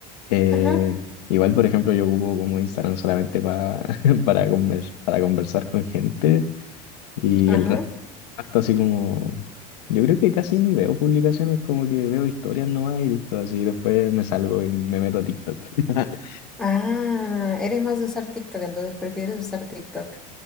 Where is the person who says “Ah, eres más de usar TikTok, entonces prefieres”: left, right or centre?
Centre